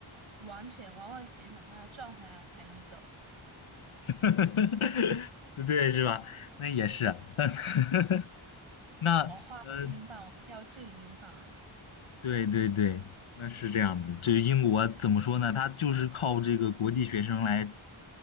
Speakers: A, on the right; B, on the left.
A: 完全完完全全把它赚回来，我才能走，
B: <laughs> 对对是吧？那也是啊，<laughs> 那呃，
A: 我花了英镑，我一定要挣英镑啊
B: 对对对，那是这样子。就是英国怎么说呢？它就是靠这个国际学生来